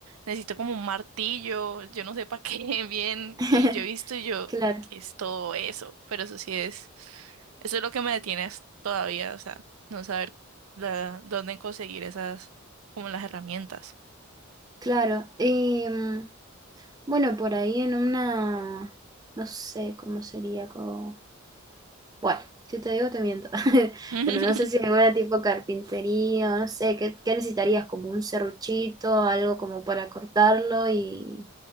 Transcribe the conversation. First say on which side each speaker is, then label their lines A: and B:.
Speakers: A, on the right; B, on the right.
A: Necesito como un martillo, yo no sé para qué <laughs> bien.
B: <laughs>
A: Y yo he visto y yo,
B: Claro,
A: que es todo eso? Pero eso sí es, eso es lo que me detiene as- todavía, o sea, no saber la- dónde conseguir esas, como las herramientas.
B: claro. Y mm, bueno, por ahí en una, no sé cómo sería como, bueno, si te digo te miento, <laughs>
A: <laughs>
B: pero no sé si en alguna tipo carpintería o no sé, ¿qué, qué necesitarías? Como un serruchito, algo como para cortarlo y